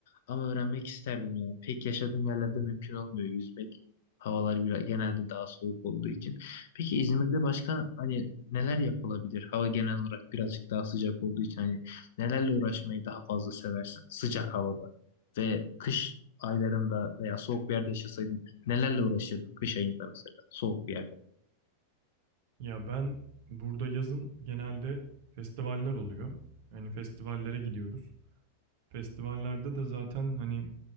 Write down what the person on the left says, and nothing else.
Ama öğrenmek isterdim yani. Pek yaşadığım yerlerde mümkün olmuyor yüzmek. Havalar biraz- genelde daha soğuk olduğu için. Peki İzmir'de başka hani neler yapılabilir? Hava genel olarak birazcık daha sıcak olduğu için hani nelerle uğraşmayı daha fazla seversin sıcak havada ve kış aylarında veya soğuk bir yerde yaşasaydın nelerle uğraşırdın kış ayında mesela soğuk bir yerde?